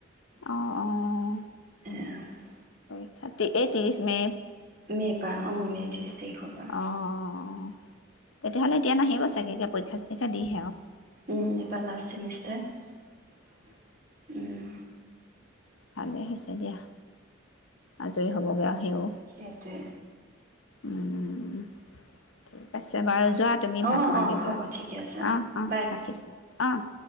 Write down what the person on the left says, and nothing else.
অ অ
ত্ৰিছ মে
অঁ অঁ তেতিয়াহ'লে এতিয়া নাহিব চাগে কে পৰীক্ষা চৰীক্ষা দিহে আৰু
ভালে তেতিয়া আজৰি হ'বগৈ সিও
উম ঠিক আছে বাৰু যোৱা তুমি
ভাত খোৱাকৈ
যোৱা
অঁ অঁ
ৰাখিছা অঁ